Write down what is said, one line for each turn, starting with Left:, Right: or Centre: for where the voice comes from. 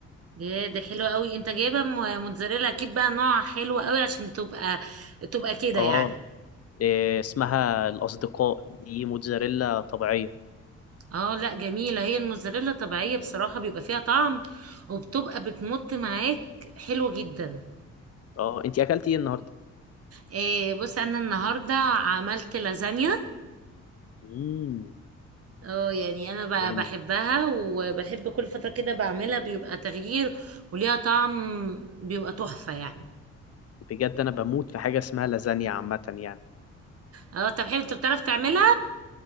Right: يا ده حلو قوي انت جايبه م- موتزاريلا اكيد بقى نوع حلو قوي عشان تبقى تبقى كده
Left: اه
Right: يعني
Left: إيه اسمها الأصدقاء دي موتزاريلا طبيعية
Right: اه لا جميله هي الموتزاريلا طبيعيه بصراحه بيبقى فيها طعم وبتبقى بتمط معاك حلو جدا
Left: اه انتي أكلتي ايه النهاردة؟
Right: إيه بص انا النهارده عملت لازانيا
Left: مم
Right: اه يعني انا
Left: جامد
Right: ب- بحبها وبحب كل فترة كده بعملها بيبقى تغيير وليها طعم بيبقى تحفة يعني
Left: بجد أنا بموت في حاجة اسمها لازانيا عامة يعني
Right: اه طب حلو انت بتعرف تعملها